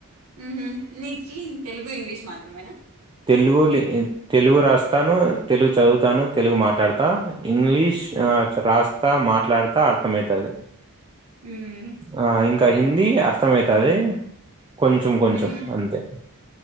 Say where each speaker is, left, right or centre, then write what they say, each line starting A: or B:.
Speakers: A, on the right; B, on the right.
A: ఊహూ నీకీ తెలుగు ఇంగ్లీష్ మాత్రమేనా
B: తెలుగు లి తెలుగు రా తాను తెలు చదువుతాను తెలుగు మాట్లాడుతా ఇంగ్లీష్ ఆ రాస్తా మాట్ ట్లాడతా అర్తమైతాది
A: మ్మ్
B: ఆ ఇంకా హిందీ అర్తమైతాది కొంచెం కొంచెం
A: మ్హు
B: అంతే